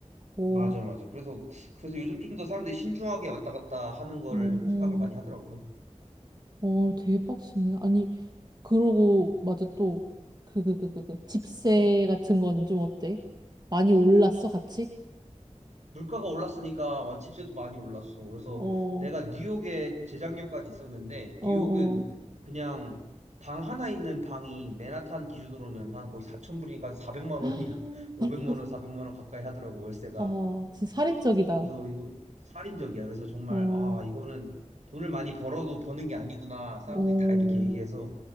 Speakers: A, on the right; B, on the right.
A: 어,
B: 맞아 맞아. 그래서 그래서 요즘 좀 더 사람들이 신중하게 왔다 갔다 하는 거를
A: 어, 어,
B: 생각을 많이 하더라고.
A: 어, 되게 빡세네. 아니, 그러고, 맞아, 또, 그, 그, 그, 그, 그, 집세 같은 거는 좀 어때? 많이 올랐어, 같이?
B: 물가가 올랐으니까 집세도 많이 올랐어. 그래서
A: 어,
B: 내가 뉴욕에 재작년까지 있었는데
A: 어,
B: 뉴욕은
A: 어.
B: 그냥 방 하나 있는 방이 맨하탄 기준으로는 한 거의 4천 불이니까 400만 원이야.
A: <gasps>
B: <laughs> 500만 원, 400만 원 가까이 하더라고 월세가.
A: 아, 진짜 살인적이다.
B: 그래서 이거 살인적이야. 그래서 정말
A: 어,
B: 아 이거는 돈을 많이 벌어도 버는 게 아니구나. 사람들이
A: 어.
B: 다 이렇게 얘기해서